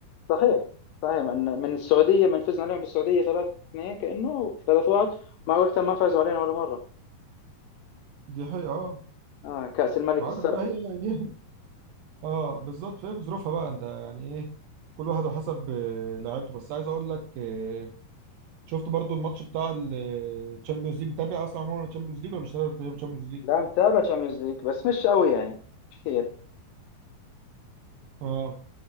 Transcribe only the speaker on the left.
صحيح صحيح من, من السعودية من فزنا عليهم بالسعودية 3 2 كأنه 3 1 مع وقتها ما فازوا علينا ولا مرة
اه كأس الملك
السابق
لا متابع تشامبيونز ليج بس مش قوي يعني مش كثير